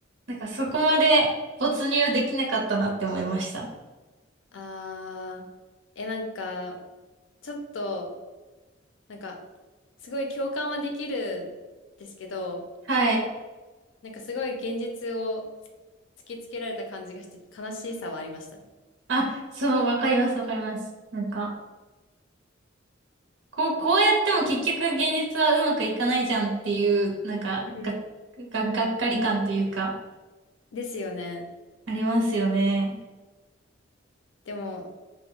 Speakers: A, on the right (about 80°); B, on the left (about 75°).
A: なんかそこまで没入できなかったなって思いました。
B: あー、え、なんか、ちょっと、なんか、すごい共感はできるんですけど、
A: はい。
B: なんかすごい現実をつ突きつけられた感じがして、悲しさはありましたね。
A: あ、そう、わかります、わかります。なんか、こう、こうやっても結局現実はうまくいかないじゃんっていう、なんか、
B: うん。
A: が、が、がっかり感というか、
B: ですよね。
A: ありますよね。
B: でも、